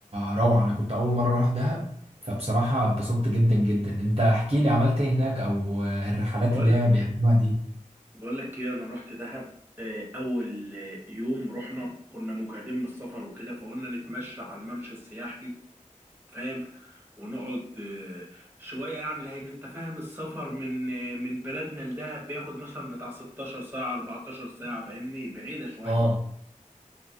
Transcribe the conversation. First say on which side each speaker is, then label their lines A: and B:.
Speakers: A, on the right; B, on the right.
A: روعه انا كنت اول مره اروح دهب فبصراحه اتبسطت جدا جدا انت احكي لي عملت ايه هناك او آه، الرحلات
B: بقول
A: اللي هي بيعملوها دي
B: بقول لك ايه انا رحت دهب آه، اول آه، يوم رحنا كنا مجهدين من السفر وكده فقلنا نتمشى على الممشى السياحي فاهم ونقعد آه، شويه يعني لان انت فاهم السفر من آه، من بلدنا لدهب بياخد مثلا بتاع 16 ساعه 14 ساعه فاهمني بعيده شويه
A: اه